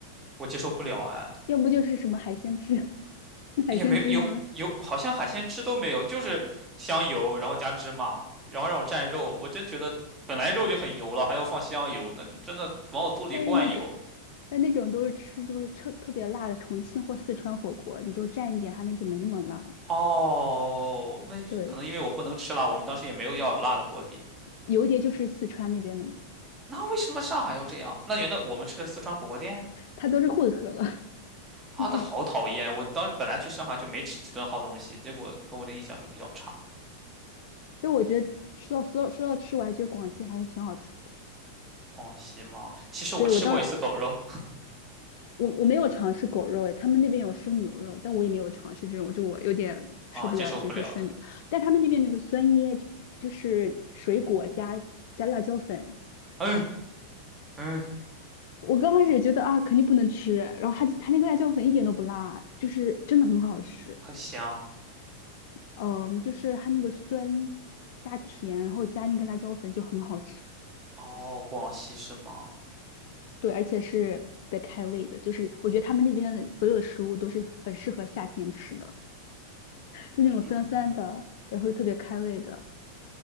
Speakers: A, on the right; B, on the left.
A: 我接受不了哎。
B: 要不就是什么海鲜汁，<laughs> 那海鲜汁呢？
A: 也没有有有，好像海鲜汁都没有，就是香油，然后加芝麻，然后让我蘸肉。我真觉得本来肉就很油了，还要放香油，那就真的往我肚里灌油。
B: 但是那种，但那种都是吃就是特特别辣的重庆或四川火锅，你就蘸一点，它那就没那么辣。
A: 哦，那可能因为我不能吃辣，
B: 对，
A: 我们当时也没有要辣的锅底。
B: 油碟就是四川那边的嘛，
A: 那为什么上海要这样？那原来我们吃的四川火锅店
B: 它都是混合了，<laughs>
A: 啊，
B: 应该。
A: 的好讨厌！我当时本来去上海就没吃几顿好东西，结果给我的印象就比较差。
B: 但我觉得说到说到说到吃，我还觉得广西还是挺好吃的。
A: 广西吗？其实我吃过一次狗肉
B: 对，我当时我我没有尝试狗肉，诶，他们那边有生牛肉，但我也没有尝试这种，就我有点受不了，
A: <laughs> 啊，接受不了的。
B: 就是生牛但他们那边那个酸椰就就是水果加加辣椒粉，
A: 嗯嗯，
B: 我刚开始觉得啊肯定不能吃，然后他他那个辣椒粉一点都不辣，就是真的很好吃。
A: 很香。
B: 嗯，就是它那个酸加甜，然后加那个辣椒粉就很好吃，
A: 哦，广西是吗？
B: 对，而且是特别开胃的，就是我觉得他们那边的所有的食物都是很适合夏天吃的。就那种酸酸的，
A: 嗯，
B: 然后又特别开胃的。